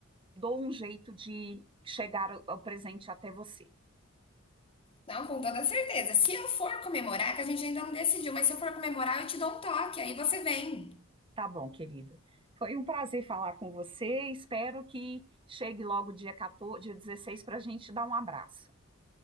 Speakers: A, on the right; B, on the left.
A: dou um jeito de chegar o o presente até você.
B: não, com toda certeza. Se eu for comemorar, que a gente ainda não decidiu, mas se eu for comemorar, eu te dou um toque, aí você vem.
A: Tá bom, querida. Foi um prazer falar com você. Espero que chegue logo dia 14, dia 16 para a gente dar um abraço.